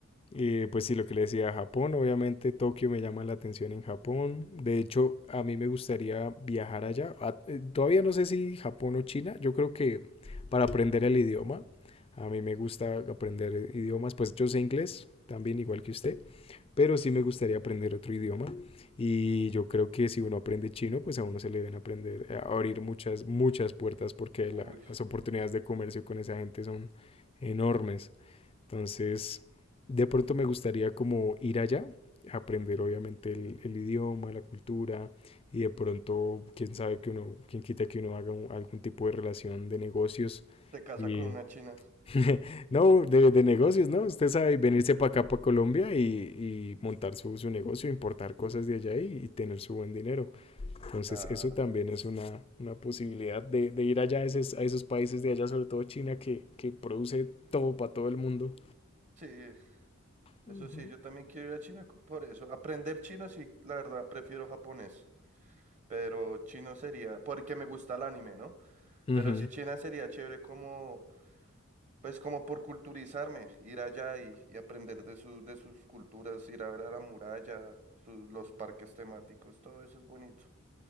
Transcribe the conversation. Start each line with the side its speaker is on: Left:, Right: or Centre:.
Left: eh, pues sí, lo que le decía, Japón, obviamente Tokio me llama la atención en Japón. De hecho, a mí me gustaría viajar allá. A- eh, todavía no sé si Japón o China. Yo creo que para aprender el idioma, a mí me gusta aprender eh, idiomas. Pues yo sé inglés también, igual que usted pero sí me gustaría aprender otro idioma y yo creo que si uno aprende chino, pues a uno se le deben aprender a abrir muchas, muchas puertas porque
Right: Uy,
Left: la, las oportunidades
Right: sí.
Left: de comercio con esa gente son enormes. Entonces, de pronto me gustaría como ir allá, aprender obviamente el, el idioma, la cultura y de pronto, quién sabe que uno, quién quita que uno haga un, algún tipo de relación de negocios
Right: Se casa
Left: y
Right: con una china.
Left: <laughs> No, de, de negocios, ¿no? Usted sabe venirse para acá, para Colombia y, y montar su, su negocio, importar cosas de allá y, y tener su buen dinero. Entonces,
Right: Claro.
Left: eso también es una, una posibilidad de, de ir allá a esos, a esos países de allá, sobre todo China, que, que produce todo para todo el mundo.
Right: Sí, eso
Left: Ujú.
Right: sí, yo también quiero ir a China co- por eso. Aprender chino, sí, la verdad, prefiero japonés. Pero chino sería, porque me gusta el anime, ¿no?
Left: Ujú,
Right: Pero sí, China sería chévere como Pues como por culturizarme, ir allá y, y aprender de su, de sus culturas, ir a ver a la muralla, su- los parques temáticos, todo eso es bonito.